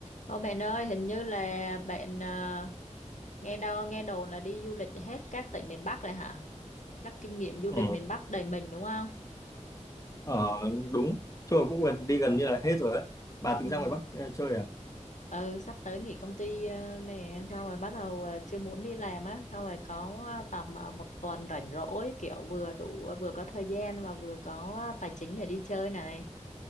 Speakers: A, on the left (about 75°); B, on the left (about 25°).
A: Ô bạn ơi, hình như là bạn à, nghe đâu nghe đồn là đi du lịch hết các tỉnh miền Bắc rồi hả? Chắc kinh nghiệm du
B: Ừ,
A: lịch miền Bắc đầy mình đúng không?
B: ờ, đúng chơi cũng gần, đi gần như là hết rồi á bà
A: Ừ.
B: tính ra ngoài Bắc ch- chơi à
A: Ừ, sắp tới nghỉ công ty ờ, nè, xong rồi bắt đầu ờ, chưa muốn đi làm á, xong rồi có ờ, tầm ờ, một tuần rảnh rỗi kiểu vừa đủ vừa có thời gian mà vừa có tài chính để đi chơi này.